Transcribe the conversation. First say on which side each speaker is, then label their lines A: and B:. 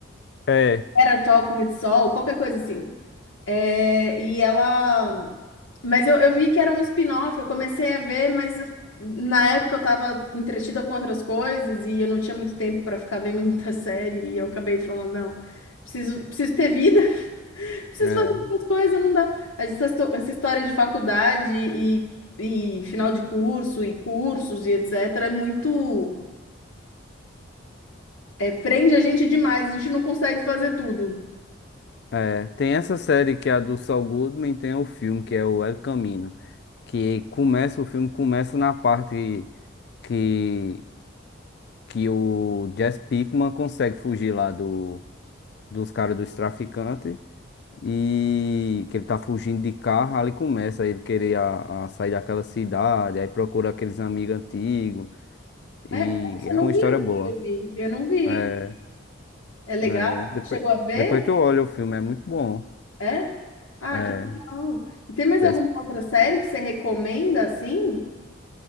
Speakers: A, on the left; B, on the left.
A: É.
B: Era Talk with Sol, qualquer coisa assim. É, e ela. Mas eu, eu vi que era um spin-off, eu comecei a ver, mas eu- na época eu tava entretida com outras coisas e eu não tinha muito tempo para ficar vendo <laughs> muita série e eu acabei falando, não, preciso, preciso ter vida, <laughs> preciso
A: É,
B: fazer outras coisas, não dá. Mas Essa, histo- essa história de faculdade e, e final de curso e cursos e etc. é muito. é, prende a gente demais, a gente não consegue fazer tudo.
A: é. Tem essa série que é a do Saul Goodman, tem o filme que é o El Camino, que começa, o filme começa na parte que, que o Jesse Pinkman consegue fugir lá do, dos caras dos traficantes. e que ele tá fugindo de carro, ali começa ele querer a, a sair daquela cidade, aí procura aqueles amigos antigos, e
B: É, nossa,
A: é
B: eu não
A: uma história
B: vi o
A: boa.
B: filme, eu não vi.
A: É,
B: É legal?
A: é, depois,
B: Você chegou a ver?
A: depois tu olha o filme, é muito bom.
B: É? Ah,
A: É,
B: que legal. E tem mais
A: Jess-
B: alguma outra série que você recomenda assim?